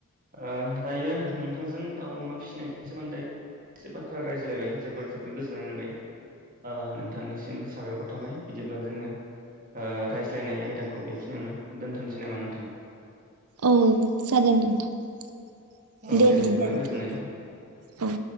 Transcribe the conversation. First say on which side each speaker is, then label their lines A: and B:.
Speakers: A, on the right (about 40°); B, on the right (about 80°).
A: ओ दायो नोंथांजों दाउ अमा फिसिनायनि सोमोन्दै एसे बाथ्रा रायज्लायबाय जोबोर जोबोर गोजोननाय मोनबाय। ओ नोंथांनिसिम साबायखर थाबाय बिदिब्ला जोङो ओ रायज्लायनाय आयदाखौ बेखिनियावनो दोन्थनोसै नामा नोंथां?
B: औ जागोन नोंथां
A: औ
B: दे बिदिब्ला नोंथां
A: गोजोननाय थाबाय
B: औ।